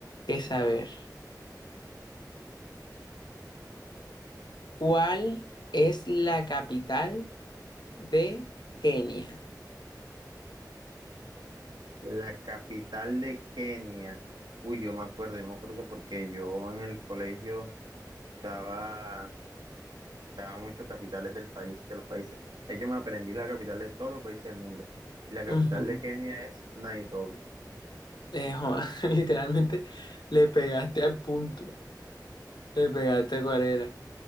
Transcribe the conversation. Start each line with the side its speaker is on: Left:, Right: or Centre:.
Left: que saber. ¿Cuál es la capital de Kenia?
Right: La capital de Kenia. Uy, yo me acuerdo, yo me acuerdo porque yo en el colegio daba, daba muchos capitales del país, de los países. Es que me aprendí la capital de todos los países del mundo. Y la capital
Left: Ujú.
Right: de Kenia es Nairobi.
Left: Eh, joda, <laughs> literalmente le pegaste al punto. Le pegaste cuál era.